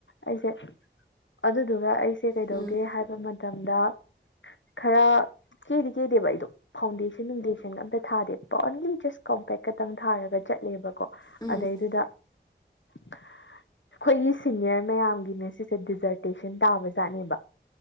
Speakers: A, on the left; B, on the left.
A: ꯑꯩꯁꯦ ꯑꯗꯨꯗꯨꯒ ꯑꯩ ꯁꯤ ꯀꯩꯗꯣ
B: ꯎꯝ ꯎꯝ ꯎꯝ
A: ꯍꯥꯏꯕ ꯃꯇꯝꯗ ꯈꯔ ꯀꯦꯗꯤ ꯀꯦꯗꯦꯕ ꯑꯩꯗꯣ ꯐꯥꯎꯟꯗꯦꯁꯟ ꯐꯟꯗꯦꯟ ꯊꯥꯗꯦ ꯄꯣ ꯑꯣꯟꯂꯤ ꯖꯁ ꯀꯣꯝꯄꯦꯛ ꯈꯛꯇꯪ ꯊꯥꯔꯒ ꯆꯠꯂꯦꯕ ꯀꯣ
B: ꯎꯝ
A: ꯑꯗꯩꯗꯨꯗ ꯑꯩꯈꯣꯏꯒꯤ ꯁꯤꯅꯤꯌꯔ ꯃꯌꯥꯝꯒꯤꯅ ꯁꯤꯁꯦ ꯗꯤꯖꯔꯇꯦꯁꯟ ꯇꯥꯕ ꯖꯥꯠꯅꯦꯕ